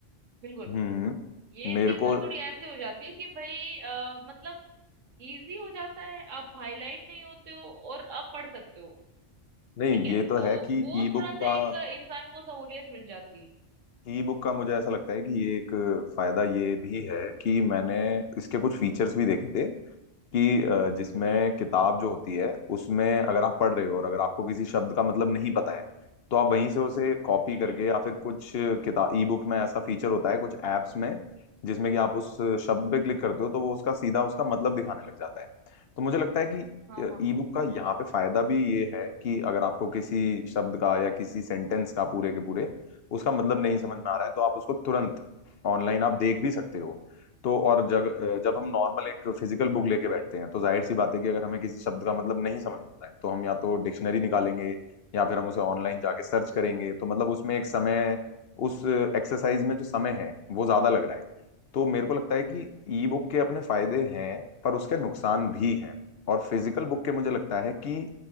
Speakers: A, on the right; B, on the left.
A: बिल्कुल
B: हम्म
A: ये
B: मेरे
A: चीज
B: को
A: ना थोड़ी ऐसे हो जाती है कि भाई अ, मतलब इजी हो जाता है आप हाईलाइट नहीं होते हो और आप पढ़ सकते हो
B: नहीं
A: ठीक है
B: ये तो
A: तो
B: है कि
A: वो
B: ई बुक
A: थोड़ा सा
B: का
A: एक इंसान को सहूलियत मिल जाती है
B: ई बुक का मुझे ऐसा लगता है कि ये एक फायदा ये भी है कि मैंने इसके कुछ फीचर्स भी देखे थे कि अ, जिसमें
A: हम्म
B: किताब जो होती है उसमें अगर आप पढ़ रहे हो और अगर आपको किसी शब्द का मतलब नहीं पता है तो आप वहीं से उसे कॉपी
A: हम्म
B: करके
A: हम्म।
B: या फिर कुछ किताब ई बुक में ऐसा फीचर होता है कुछ ऐप्स में जिसमें कि आप उस शब्द पे क्लिक करते हो तो वो उसका सीधा उसका मतलब दिखाने लग जाता है तो मुझे लगता है कि
A: हाँ हाँ
B: ई
A: हाँ
B: बुक का यहाँ पे फायदा भी ये है कि अगर आपको किसी शब्द का या किसी सेंटेंस का पूरे के पूरे उसका मतलब नहीं समझ में आ रहा है तो आप उसको तुरंत ऑनलाइन आप देख भी सकते हो तो और जब जब हम नॉर्मल एक फिजिकल बुक लेके बैठते हैं तो जाहिर सी बात है कि अगर हमें किसी शब्द का मतलब नहीं समझ में आ रहा है तो हम या तो डिक्शनरी निकालेंगे या फिर हम उसे ऑनलाइन जाके सर्च करेंगे तो मतलब उसमें एक समय उस एक्सरसाइज में जो समय है वो ज्यादा लग रहा है तो मेरे को लगता है कि ई बुक के अपने फायदे हैं पर उसके नुकसान भी हैं और फिजिकल बुक के मुझे लगता है कि